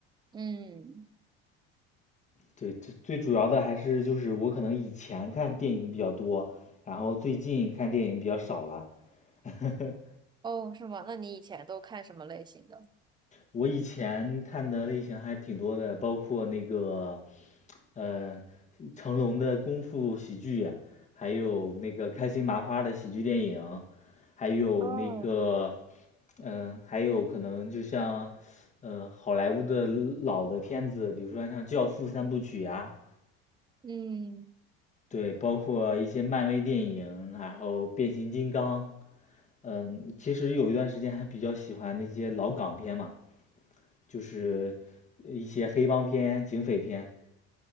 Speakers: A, on the right; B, on the left.
A: 嗯，
B: 对，最最主要的还是就是我可能以前看电影比较多，然后最近看电影比较少了。<laughs>
A: 哦，是吗？那你以前都看什么类型的？
B: 我以前看的类型还挺多的，包括那个嗯，成龙的功夫喜剧呀，还有那个开心麻花的喜剧电影，还有那个，
A: 哦，
B: 嗯、还有可能就像，嗯，好莱坞的老的片子，比如说像《教父》三部曲呀、
A: 嗯，
B: 对，包括一些漫威电影，然后变形金刚，嗯，其实有一段时间还比较喜欢那些老港片嘛，就是一些黑帮片、警匪片。